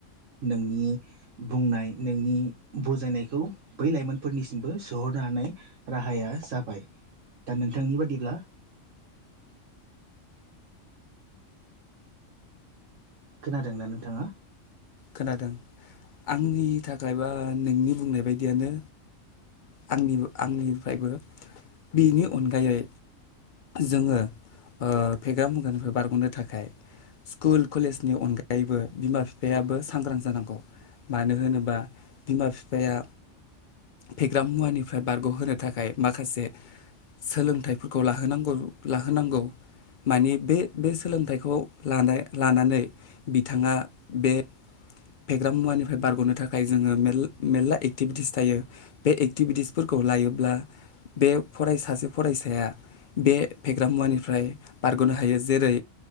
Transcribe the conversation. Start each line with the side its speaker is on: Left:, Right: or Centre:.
Right: नोंनि बुंनाय नोंनि बुजायनायखौ बै लाइमोनफोरनिसिमबो सोहरनो हा हानाय राहाया जाबाय दा नोंथांनि बादिब्ला खोनादोंना नोंथाङा
Left: खोनादों आंनि थाखाय बा नोंनि बुंनाय बायदियानो आंनिबो आंनिफ्रायबो बिनि अनगायै जोङो ओ फेग्रा मुगानिफ्राय बारग'नो थाखाय स्कुल कलेजनि अनगायैबो बिमा बिफायाबो सांग्रां जानांगौ मानो होनोबा बिमा बिफाया फेग्रा मुवानिफ्राय बारग'होनो थाखाय माखासे सोलोंथाइफोरखौ लाहोनांगौ लाहोनांगौ। माने बे बे सोलोंथाइखौ लानाय लानानै बिथाङा बे
Right: <inaudible>
Left: फेग्रा मुवानिफ्राय बारग'नो थाखाय जोङो मेर मेर्ला एक्टिभिटिस थायो बे एक्टिभिटिसफोरखौ लायो ब्ला बे फराय सासे फरायसाया बे फेग्रा मुवानिफ्राय बारग'नो हायो जेरै